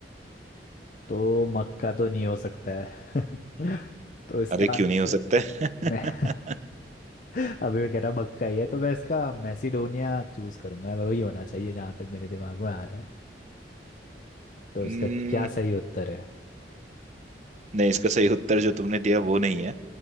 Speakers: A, on the left; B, on the right.
A: तो मक्का तो नहीं हो सकता है <laughs> तो इसका
B: अरे
A: आंसर
B: क्यों नहीं हो सकता है?
A: मैं <laughs>
B: <laughs>
A: अभी मैं कह रहा बक्का ही है तो मैं इसका मैसिडोनिया चूज करूंगा वही होना चाहिए जहां तक मेरे दिमाग में आ रहा है तो
B: हम्म,
A: इसका क्या सही उत्तर है
B: नहीं इसका सही उत्तर जो तुमने दिया वो नहीं है